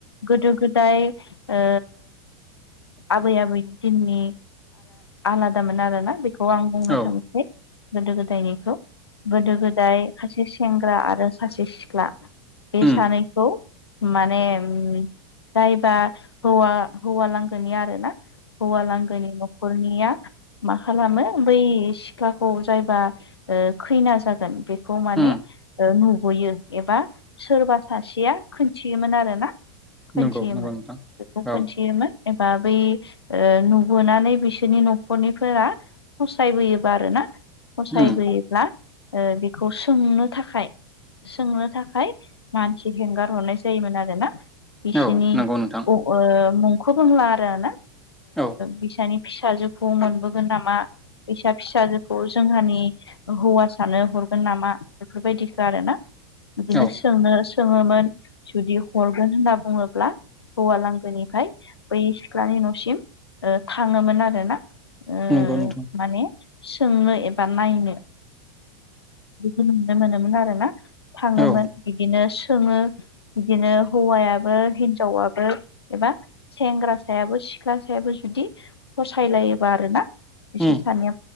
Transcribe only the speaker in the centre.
औ
उम
उम
उम
नंगौ नंगौ नोंथां
औ
उम
औ नंगौ
नोंथां
औ
औ
नंगौ नोंथां
औ
उम